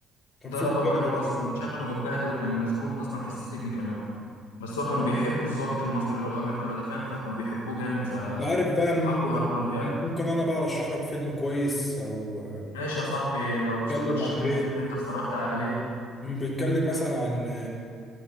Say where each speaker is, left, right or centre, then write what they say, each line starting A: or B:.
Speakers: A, on the left (about 30°); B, on the left (about 80°).
A: كان
B: ضربه
A: فيلم
B: وكان هو
A: جامد
B: اصلا شكله متبهدل وكان مسجون اصلا في السجن كمان بس هو كانوا بيحبوا الضابط المصري اللي هو امير كرارة ده فاهم فكانوا بيحبوه جامد فحبوا
A: انت عارف بقى ممكن
B: يهربوه يعني
A: ممكن انا بقى ارشح لك فيلم كويس او
B: ماشي يا صاحبي لو ترشح
A: بيتكلم عن
B: لي
A: ايه
B: فيلم انت اتفرجت عليه
A: بيتكلم مثلا عن